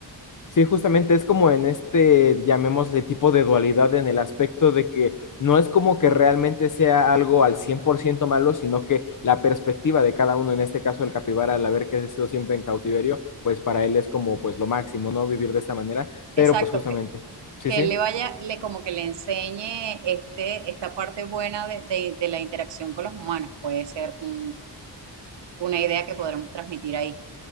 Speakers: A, on the left (about 45°); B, on the right (about 75°).
A: Sí, justamente es como en este, llamémosle tipo de dualidad en el aspecto de que no es como que realmente sea algo al 100% malo, sino que la perspectiva de cada uno, en este caso el capibara, al haber que sido siempre en cautiverio, pues para él es como pues lo máximo, ¿no? Vivir de esta manera, pero
B: Exacto,
A: pues justamente,
B: que,
A: sí,
B: que
A: sí.
B: él le vaya, le, como que le enseñe este, esta parte buena de, de- de la interacción con los humanos, puede ser un- una idea que podremos transmitir ahí